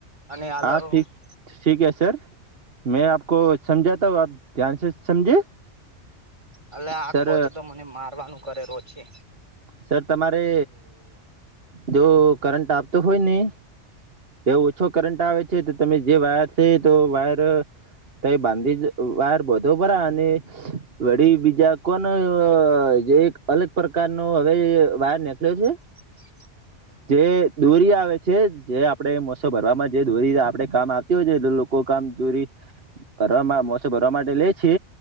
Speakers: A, on the right; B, on the right.
A: અને આલે
B: હા થીક ઠીક હૈ સર. મેં આપકો સમજાતા હું, આપ ધ્યાન સે સમજે.
A: અલા આ
B: સર
A: ખોદું તો મને મારવાનું કરે રો છે.
B: સર તમારે જો કરંટ આપતો હોય ને એ ઓછો કરંટ આવે છે તો તમે જે વાયર છે તો વાયર તઈ બાંધી જ વાયર બોન્ધો ખરા અને વળી બીજા કોન અ જે એક અલગ પ્રકારનો હવે વાયર નેકળ્યો છે.
A: <unintelligible>
B: જે દોરી આવે છે જે આ આપણે મોસો ભરવામાં જે દોરી આપડે કામ આવતી હોય છે લોકો કામ દોરી ભરવામાં મોસે ભરવા માટે લે છે.